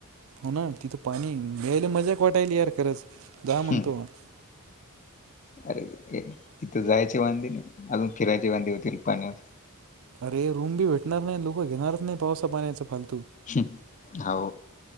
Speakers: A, on the right; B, on the left.
A: हो ना तिथं पाणी मि्यायला मजाक वाटायली यार खरंच जा म्हणतो
B: ते
A: <inaudible>
B: अरे तिथं जायचे वांदे नाही अजून फिरायचे वांदे होतील पाण्यात
A: अरे रूम बी भेटणार नाही लोकं घेणारच नाही पावसा पाण्याचं पण
B: हम्म हो